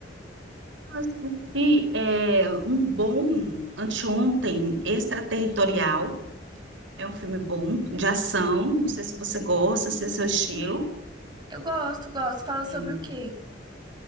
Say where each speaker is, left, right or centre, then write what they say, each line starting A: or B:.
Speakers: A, on the right (about 85°); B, on the right (about 25°).
A: Eu assisti é, um bom anteontem, Extraterritorial. É um filme bom, de ação. Não sei se você gosta, se é seu estilo.
B: Eu gosto, gosto. Fala sobre
A: É.
B: o quê?